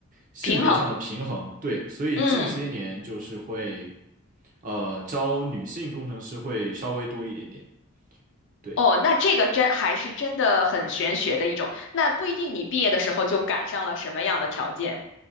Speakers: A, on the right; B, on the left.
A: 性别上的平衡，
B: 平衡。
A: 对，所以近些年就是会
B: 嗯，
A: 呃招女性工程师会稍微多一点点，对。
B: 哦，那这个真还是真的很玄学的一种。那不一定你毕业的时候就赶上了什么样的条件，